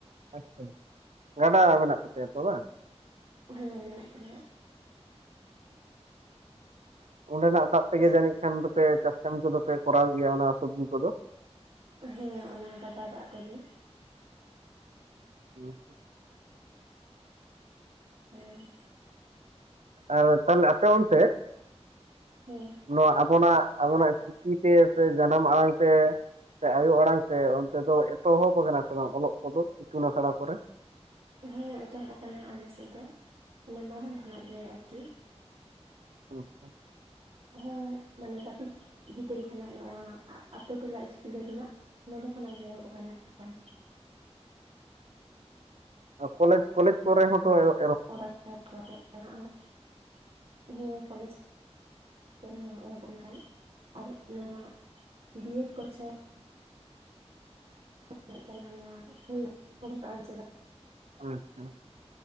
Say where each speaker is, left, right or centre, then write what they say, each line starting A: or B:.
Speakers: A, on the right; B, on the right.
A: ᱟᱪᱪᱷᱟ, ᱜᱟᱰᱟ ᱢᱮᱱᱟᱜ ᱛᱟᱯᱮᱭᱟ ᱛᱚ ᱵᱟᱝ?
B: ᱦᱮᱸ ᱢᱮᱱᱟᱜ ᱛᱟᱞᱮᱭᱟ᱾
A: ᱚᱸᱰᱮᱱᱟᱜ ᱫᱟᱜ ᱛᱮᱜᱮ
B: ᱪᱮᱫ
A: ᱡᱟᱹᱱᱤᱡ ᱠᱷᱟᱱ ᱫᱚᱯᱮ ᱪᱟᱥ ᱠᱟᱹᱢᱤ ᱠᱚᱫᱚ ᱯᱮ ᱠᱚᱨᱟᱣ ᱜᱮᱭᱟ ᱚᱱᱟ ᱥᱚᱵᱡᱤ ᱠᱚᱫᱚ᱾
B: ᱦᱮᱸ ᱚᱱᱟ ᱜᱟᱰᱟ ᱫᱟᱜ ᱛᱮᱜᱮ᱾
A: ᱦᱩᱸ ᱾ <inaudible>
B: ᱦᱮᱸ᱾
A: ᱟᱨ ᱛᱟᱦᱚᱞᱮ ᱟᱯᱮ ᱚᱱᱛᱮ
B: ᱦᱮᱸ
A: ᱱᱚᱣᱟ ᱟᱵᱚᱱᱟᱜ ᱟᱵᱚᱱᱟᱜ ᱪᱤᱠᱤ ᱛᱮ ᱥᱮ ᱡᱟᱱᱟᱢ ᱟᱲᱟᱝ ᱛᱮ ᱥᱮ ᱟᱭᱳ ᱟᱲᱟᱝ ᱛᱮ ᱚᱱᱛᱮ ᱫᱚ ᱮᱛᱚᱦᱚᱵ ᱟᱠᱟᱱᱟ ᱥᱮ ᱵᱟᱝ ᱚᱞᱚᱜ ᱠᱚᱫᱚ ᱤᱛᱩᱱ ᱟᱥᱲᱟ ᱠᱚᱨᱮ?
B: ᱦᱮᱸ ᱮᱛᱚᱦᱚᱵ ᱟᱠᱟᱱᱟ ᱟᱞᱮ ᱥᱮᱫ ᱫᱚ ᱚᱱᱮ ᱢᱟᱲᱟᱝ ᱠᱷᱚᱱᱟᱜ ᱜᱮ ᱟᱨᱠᱤ᱾
A: ᱚ᱾
B: ᱦᱮᱸ ᱢᱟᱱᱮ ᱠᱟᱹᱴᱤᱡ ᱜᱤᱫᱽᱨᱟᱹ ᱠᱷᱚᱱᱟᱜ ᱱᱚᱣᱟ ᱟᱛᱳ ᱴᱚᱞᱟ ᱤᱥᱠᱩᱞ ᱨᱮᱱᱟᱜ ᱱᱚᱸᱰᱮ ᱠᱷᱚᱱᱟᱜ ᱜᱮ ᱮᱦᱚᱵ ᱠᱟᱱᱟ ᱦᱟᱜᱠᱷᱟᱱ᱾
A: ᱟᱨ ᱠᱚᱞᱮᱡᱽ ᱠᱚᱞᱮᱡᱽ ᱠᱚᱨᱮ ᱦᱚᱸᱛᱚᱭᱚᱜ
B: <unintelligible> ᱦᱮᱸ ᱠᱚᱞᱮᱡᱽ ᱠᱚᱨᱮ ᱦᱚᱸ ᱮᱦᱚᱵ ᱟᱱᱟ ᱵᱟᱝ ᱟᱨ ᱱᱚᱣᱟ ᱫᱤᱭᱮᱰ ᱠᱚᱨᱪᱷᱮ ᱦᱩᱭ ᱠᱟᱱᱟ ᱱᱚᱣᱟ ᱦᱩᱭᱱᱟ ᱩᱰᱩᱠᱚᱜ ᱟᱢ ᱪᱮᱫᱟᱜ
A: ᱟᱪᱪᱷᱟ